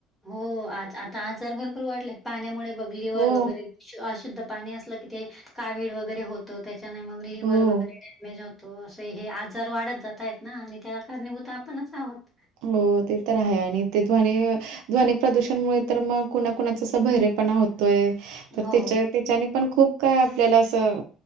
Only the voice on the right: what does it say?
हो,
हो.
हो ते तर आहे आणि ते ध्वनी ध्वनी प्रदूषण मुमुळे तर मग कुणा कुणाचा असा बहिरेपणा होत तोय तर
त्याच्या त्याच्यानी पण खूप काय आपल्याला असं